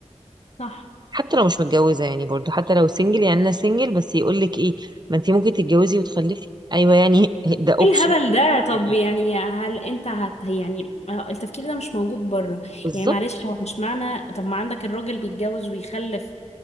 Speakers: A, on the left; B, on the right.
A: صح
B: حتى لو مش متجوزه يعني برضو حتى لو سنجل يعني انا سنجل بس يقولك ايه ما انت ممكن تتجوزي وتخلفي ايوه يعني <laughs> ده اوبشن
A: ايه الهبل ده طب
B: يعني
A: يعني هل انت هت يعني آه، التفكير ده مش موجود بره
B: بالظبط
A: يعني معلش هو مش معنى طب ما عندك الراجل بيتجوز ويخلف